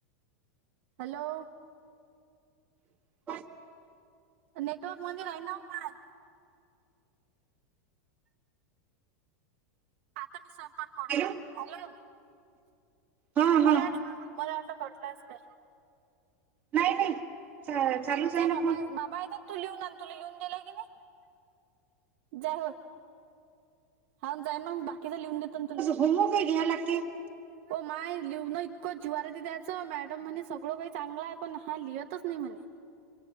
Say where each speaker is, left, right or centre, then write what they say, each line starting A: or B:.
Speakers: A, on the right (about 45°); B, on the right (about 20°).
A: हॅलो
B: <unintelligible>
A: नेटवर्क मध्ये राहि ना माय आता मी स्वयंपाक करतो
B: हॅलो
A: हॅलो
B: हा
A: मला
B: हा
A: मला आटला कटला अस का
B: नाही नाही चालूच आहे
A: जाय
B: ना
A: बाबा
B: फोन
A: बाबा येतात तू लिहून आण तुला लिहून दिलाय की नाही जाय होय हा जाई मग बाकीचा लिहून देत न तुले
B: होमवर्क ही घ्या लागते <unintelligible>
A: हो माय लिहून इतकं ज्वार त द्यायचं मॅडम म्हणे सगळं काही चांगला आहे पण हा लिहतच नाही म्हणे